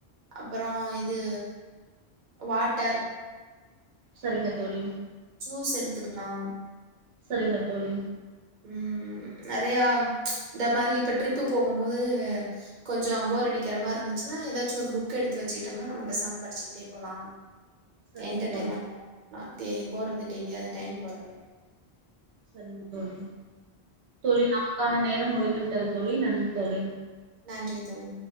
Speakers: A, on the right (about 50°); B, on the right (about 75°).
A: அப்றோ இது வாட்டர்
B: செரிங்க தோழி
A: ஜூஸ் எடுத்துக்கலா
B: செரிங்க தோழி
A: ம் நெறயா இந்த மாரி இப்ப ட்ரிப்பு போகும் போது கொஞ்சோ போர் அடிக்கற மாரிந்துச்சுன்னா எதாச்சு ஒரு புக் எடுத்து வெச்சுகிட்டம்னா நம்ம பேசாம படுச்சுகிட்டே போலா
B: சரிங்க
A: எண்டர்டைமண்ட்டாரு
B: தோழி
A: நா தே போறது தெர்யாது டைம் போறதே
B: செரிங்க தோழி தோழி நமக்கான நேர் ரம் முடிந்து விட்டது தோழி நன்றி தோழி
A: நன்றி தோழி